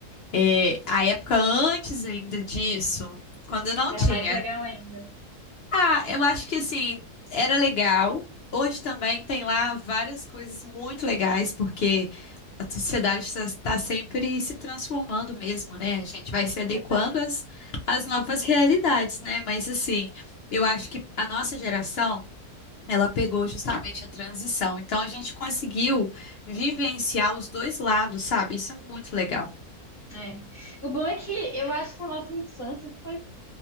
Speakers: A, on the left (about 65°); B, on the left (about 40°).
A: é, a época antes ainda disso, quando não
B: Era
A: tinha,
B: mais legal ainda.
A: ah, eu acho que assim, era legal. Hoje também tem lá várias coisas muito legais, porque a sociedade está sempre se transformando mesmo, né? A gente vai se adequando
B: Verdade.
A: às, às novas realidades, né? Mas assim, eu acho que a nossa geração. Ela pegou justamente a transição. Então a gente conseguiu vivenciar os dois lados, sabe? Isso é muito legal.
B: É. O bom é que eu acho que a nossa infância foi.